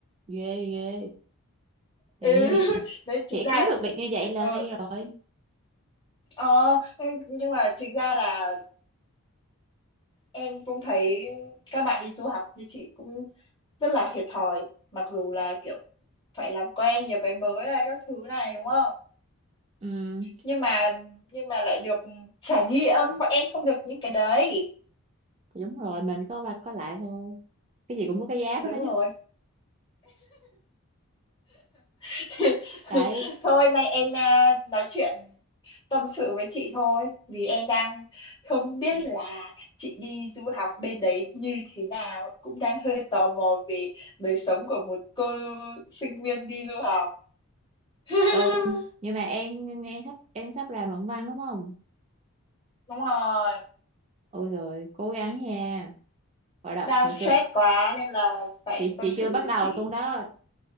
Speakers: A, on the right; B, on the left.
A: ghê ghê trời
B: ừ. <laughs>
A: như hiện
B: đấy chính
A: hiện
B: ra
A: kiếm được việc như vậy là
B: ờ,
A: hay rồi
B: ờ, nhưng mà chính ra là em cũng thấy các bạn đi du học như chị cũng rất là thiệt thòi mặc dù là kiểu phải làm quen nhiều cái mới này các thứ này đúng không
A: ừ
B: nhưng mà nhưng mà lại được trải nghiệm bọn em không được những cái đấy
A: thì đúng rồi mình có qua có lại thôi cái gì cũng có cái giá của
B: đúng
A: nó
B: rồi
A: chứ
B: <laughs>
A: đấy
B: thôi nay em à, nói chuyện tâm sự với chị thôi vì em đang không biết là chị đi du học bên đấy như thế nào cũng đang hơi tò mò về đời sống của một cô sinh viên đi du học <laughs>
A: Ừ nhưng mà em nghe sắp em sắp làm luận văn đúng không
B: đúng rồi
A: ôi rồi cố gắng nha hồi đợt
B: đang
A: hồi
B: stress
A: xưa
B: quá nên là phải
A: chị
B: tâm
A: chị
B: sự
A: chưa bắt
B: với
A: đầu
B: chị
A: luôn đó